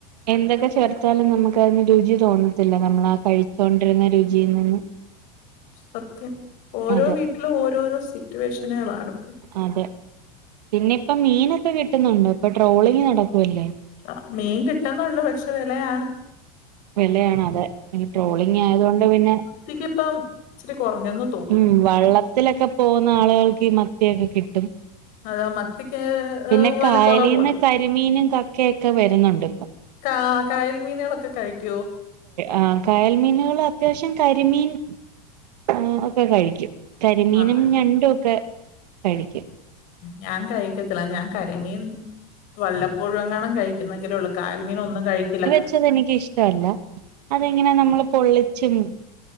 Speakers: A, on the right; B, on the left.
A: എന്തൊക്കെ ച് ചേർത്താലും നമുക്കയ്ന് രുചി തോന്നത്തില്ല നമ്മള ആഹ് കഴിച്ചിണ്ടിരുന്ന രുചി നിന്ന്
B: സത്യം ഓരോ
A: അതെ
B: വീട്ടിലും ഓരോരോ സിറ്റുവേഷനുകളാണ്.
A: അതെ പിന്നെ ഇപ്പൊ മീനൊക്കെ കിട്ടുന്നുണ്ടോ ഇപ്പൊ ട്രോളിങ് നടക്കുവല്ലേ?
B: ആഹ് മീൻ കിട്ടുന്നുണ്ട് പക്ഷെ വെലയാണ്.
A: വെലയാണ് അതെ എ ട്രോളിംഗ ആയതൊണ്ട് പിന്നെ
B: ക്കിപ്പം ഇച്ചിരി കൊറഞ്ഞന്ന്
A: ഉം വള്ളത്തിലൊക്കെ പോകുന്ന ആളുകൾക്ക് ഈ മത്തിയൊക്കെ കിട്ടും.
B: അതാ മത്തിക്ക്
A: പിന്നെ
B: വില
A: കായലീന്ന്
B: കുറവുമല്ലോ
A: കരിമീനും കക്കയൊക്കെ വരുന്നുണ്ട് പ്പം.
B: കാ കായൽ മീനുളൊക്കെ കഴിക്കോ?
A: ആഹ് കായൽ മീനുകൾ അത്യാവശ്യം കരിമീൻ ഏ ഒക്കെ കഴിക്കും. കരിമീനും
B: ആഹ്
A: ഞണ്ടും ഒക്കെ കഴിക്കും.
B: ഞാൻ കഴിക്കത്തില്ല ഞാൻ കരിമീൻ വല്ലപൊഴേങ്ങാണു കഴി കുന്നെങ്കിലൊള്ളൂ കായൽ മീൻ ഒന്നും കഴിക്കില്ല
A: ച്ചത് എനിക്ക് ഇഷ്ടല്ല അതെങ്ങനെ നമ്മള് പൊള്ളിച്ചും